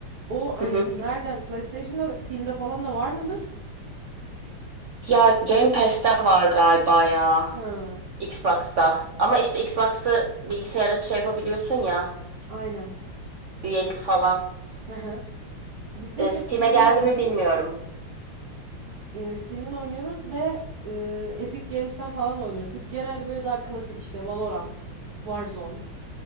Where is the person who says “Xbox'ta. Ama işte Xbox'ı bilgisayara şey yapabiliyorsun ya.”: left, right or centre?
Right